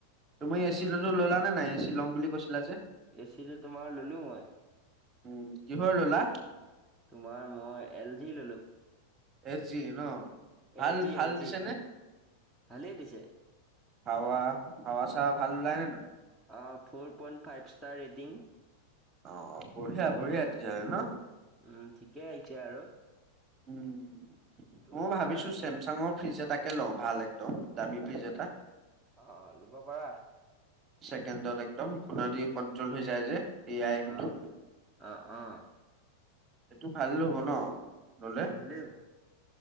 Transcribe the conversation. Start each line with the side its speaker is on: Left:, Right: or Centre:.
Right: তুমি এচি লতো ল'লা নে নাই এচি ল'ম বুলি কৈছিলা যে।
Centre: এ চি টো তোমাৰ ললোঁ মই।
Right: উম কিহৰ ল'লা?
Centre: তোমাৰ মই এল জি ল'লোঁ।
Right: এল জি ন ভাল
Centre: এল জি
Right: ভাল
Centre: এল জি
Right: দিছে নে?
Centre: ভালেই দিছে
Right: হাৱা হাৱা চাৱা ভাল ওলাই নে নোলাই
Centre: আ four point five star rating
Right: অ অ বঢ়িয়া বঢ়িয়া তেতিয়া হ'লে ন
Centre: উম ঠিকে আহিছে আৰু।
Right: উম
Centre: তোমাৰ
Right: ময়ো ভাবিছোচ চেমচাঙৰ ফ্ৰিজ এটাকে লওঁ ভাল একদম দামী ফ্ৰিজ এটা।
Centre: অ অ ল'ব পাৰা।
Right: ছেকেণ্ডত একদম ফোনেদি কণ্ট্ৰল হৈ যায় যে এ আই সেইটো
Centre: আ আ অ।
Right: এইটো ভাল ল'ব ন ল'লে?
Centre: হেল্ল'